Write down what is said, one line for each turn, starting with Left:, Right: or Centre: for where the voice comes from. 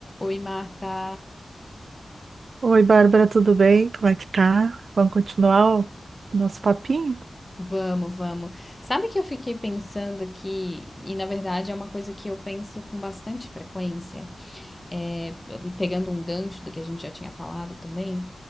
Left: Oi, Marta.
Right: Oi, Bárbara, tudo bem? Como é que tá? Vamos continuar o nosso papinho?
Left: Vamos, vamos. Sabe que eu fiquei pensando aqui, e na verdade é uma coisa que eu penso com bastante frequência, é, pegando um gancho do que a gente já tinha falado também,